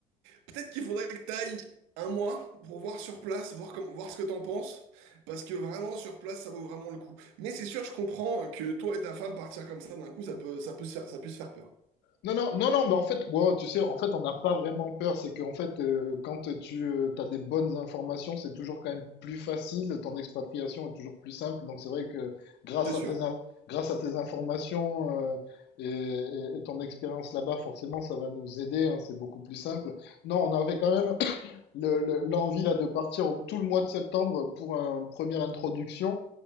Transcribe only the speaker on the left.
Non, non, non, non, bah en fait, wow, tu sais, en fait, on n'a pas vraiment peur. C'est qu'en fait, euh, quand tu as des bonnes informations, c'est toujours quand même plus facile. Ton expatriation est toujours plus simple. Donc, c'est vrai que grâce
à tes, in- grâce à tes informations euh, et, et- et ton expérience là-bas, forcément, ça va nous aider. hein, c'est beaucoup plus simple. Non, on avait quand même le- le- l'envie là de partir tout le mois de septembre pour une première introduction.